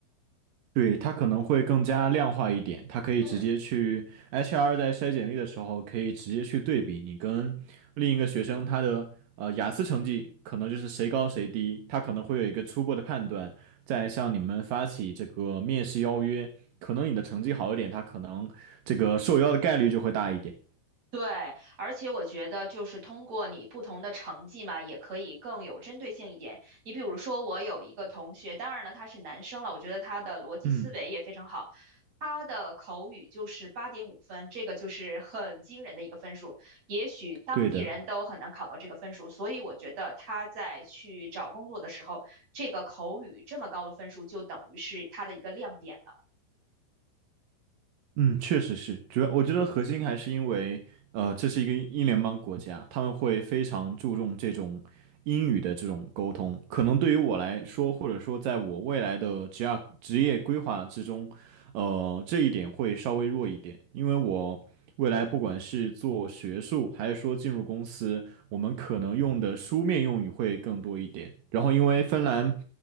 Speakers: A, on the right (about 65°); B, on the right (about 30°).
A: 对，它可能会更加量化一点，它可以直接去
B: 嗯。
A: HR 在筛简历的时候，可以直接去对比你跟另一个学生他的呃雅思成绩，可能就是谁高谁低，他可能会有一个初步的判断。再向你们发起这个面试邀约，可能你的成绩好一点，他可能这个受邀的概率就会大一点。
B: 对，而且我觉得就是通过你不同的成绩嘛，也可以更有针对性一点。你比如说，我有一个同学，当然了，他是男生了，我觉得他的逻辑思维也非常好，
A: 嗯，
B: 他的口语就是八点五分，这个就是很惊人的一个分数，也许当地人都很难考到这个分数，
A: 对的。
B: 所以我觉得他在去找工作的时候，这个口语这么高的分数就等于是他的一个亮点了。
A: 嗯，确实是，主要我觉得核心还是因为，呃，这是一个英联邦国家，他们会非常注重这种英语的这种沟通。可能对于我来说，或者说在我未来的职业职业规划之中，呃，这一点会稍微弱一点，因为我未来不管是做学术，还是说进入公司，我们可能用的书面用语会更多一点。然后，因为芬兰，